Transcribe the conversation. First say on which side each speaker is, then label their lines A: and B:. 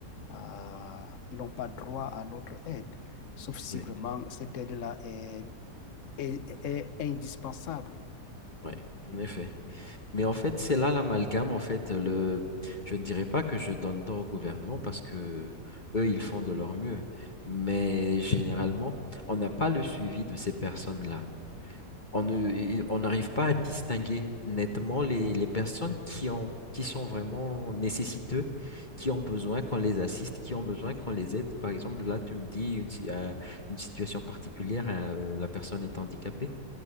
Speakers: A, on the left; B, on the left.
A: à- ils n'ont pas droit à notre aide, sauf si
B: Oui,
A: vraiment cette aide-là est, est est indispensable.
B: oui, en effet. Mais en fait, c'est là l'amalgame. En fait, le... je ne dirais pas que je donne tort au gouvernement parce que eux, ils font de leur mieux. Mais généralement, on n'a pas le suivi de ces personnes-là. On ne, et on n'arrive pas à distinguer nettement les, les personnes qui ont, qui sont vraiment nécessiteux, qui ont besoin qu'on les assiste, qui ont besoin qu'on les aide. Par exemple, là, tu me dis une, si- euh, une situation particulière, hein, euh, la personne est handicapée.